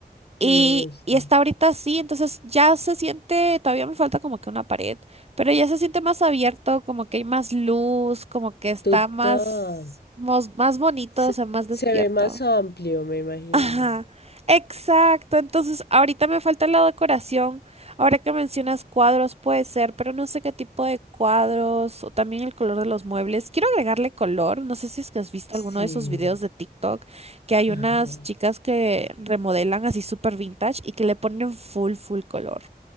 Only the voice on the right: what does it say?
Y,
y está ahorita así, entonces ya se siente, todavía me falta como que una pared, pero ya se siente más abierto, como que hay más luz, como que está
más, mos- más bonito,
o sea, más despierto.
Ajá, exacto. Entonces, ahorita me falta la decoración. Ahora que mencionas cuadros, puede ser, pero no sé qué tipo de cuadros o también el color de los muebles. Quiero agregarle color. No sé si es que has visto alguno
de esos videos de TikTok que hay
unas chicas que remodelan así súper vintage y que le ponen full, full color.